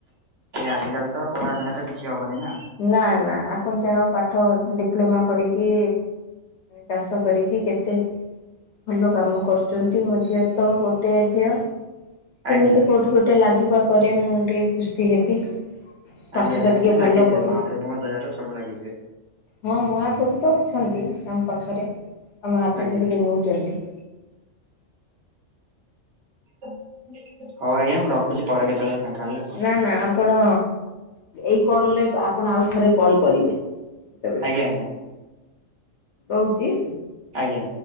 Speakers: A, on the right; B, on the left.
A: ଆଜିକାଲି ତ ପଢା ବିନା ତ କିଛି ହବନି ନା।
B: ନା, ନା। ଆପଣ ଯାହା ହଉ ପାଠ ଡିପ୍ଲୋମା କରିକି ଚାଷ କରିକି କେତେ ଭଲ କାମ କରୁଛନ୍ତି, ମୋ ଝିଅ ତ ଗୋଟଏ ଝିଅ। କେମିତି
A: ଆଜ୍ଞା।
B: କୋଉଠି ଗୋଟେ ଲାଗିବା ପରେ ମୁଁ ଟିକେ ଖୁସି ହେବି। ପାଠଟା
A: ଆଜ୍ଞା। ଆଜ୍ଞା।
B: ଟିକେ
A: ଲାଗିଯିବେ
B: ଭଲ କରୁ
A: ମହାପ୍ରଭୁଙ୍କ ଦୟାରୁ ସବୁ ଲାଗିଯିବେ।
B: ହଁ, ମହାପ୍ରଭୁ ତ ଅଛନ୍ତି, ଆମ ପାଖରେ ଆମ ହାତ
A: ଆଜ୍ଞା।
B: ଧରିକି ନେଉଛନ୍ତି।
A: ହଉ ଆଜ୍ଞା ମୁଁ ରଖୁଛି। ପରେ କେତେବେଳେ ଫାଙ୍କା ହେଲେ କଲ୍
B: ନା ନା ଆପଣ ଏଇ କଲ୍ ରେ ଆ ଆପଣ ଆଉ ଥରେ କଲ୍ କରିବେ କେତେବେଳେ
A: ଆଜ୍ଞା ଆଜ୍ଞା
B: ରହୁଛି?
A: ଆଜ୍ଞା।